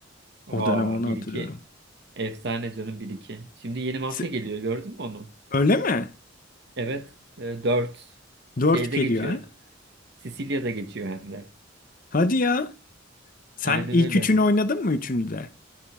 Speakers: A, on the right; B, on the left.
A: Aa
B: O dönem onu
A: bir
B: hatırlıyorum.
A: iki efsane canım bir iki. Şimdi yeni mafya
B: Se-
A: geliyor gördün mü onu?
B: Öyle mi?
A: Evet 4
B: 4
A: şeyde
B: geliyor
A: geçiyor.
B: ha?
A: Sicilya'da geçiyor hem de.
B: Hadi ya. Sen
A: Aynen
B: ilk
A: öyle.
B: üçünü oynadın mı üçünü de?